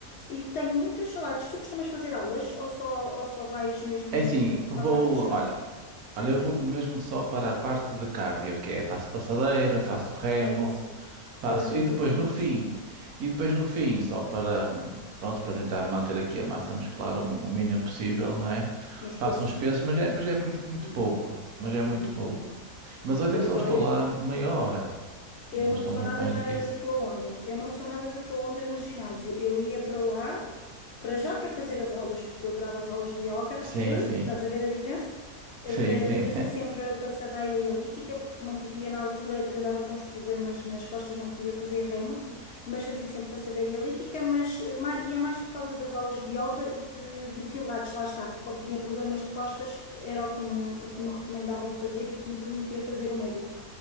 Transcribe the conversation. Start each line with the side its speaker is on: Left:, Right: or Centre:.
Left: e tenho muitas saudades. Tu costumas fazer aulas ou só, ou só vais mesmo
Right: É assim, vou,
Left: para a parte do ginásio?
Right: olha, olha, eu vou mesmo só para a parte de cardio, que é faço passadeira, faço
Left: Pronto,
Right: remo.
Left: é isso.
Right: Faço,
Left: Era o que
Right: e
Left: eu
Right: depois
Left: fazia
Right: no
Left: mais
Right: fim,
Left: também.
Right: e depois no fim, só para, pronto, para tentar manter aqui a massa muscular o, o mínimo possível, não é?
Left: Musculação.
Right: Faço uns pesos, mas é, mas é muito, muito
Left: Uhum,
Right: pouco, mas é
Left: uhum,
Right: muito pouco.
Left: uhum.
Right: Mas olha
Left: Pois
Right: que só
Left: olha.
Right: estou lá meia hora, não
Left: Eu não
Right: estou
Left: sou
Right: muito
Left: nada,
Right: mais
Left: nada
Right: do que isso.
Left: da tua onda. Eu não sou nada da tua onda no ginásio. Eu ia para lá, para já para fazer as aulas, porque eu adorava as aulas de yoga.
Right: Sim,
Left: Uh,
Right: sim,
Left: Estás a ver a diferença? Eh,
Right: sim, sim,
Left: De- fazia sempre a passadeira e elíptica, porque não podia, na altura andava com os problemas nas costas, não podia fazer remo, mas fazia sempre passadeira e elíptica, mas eh, ma- ia mais por causa das aulas de yoga e de, de pilates, lá está. Como tinha problemas de costas, era o que me, o que me recomendavam fazer e que me permitia fazer o médico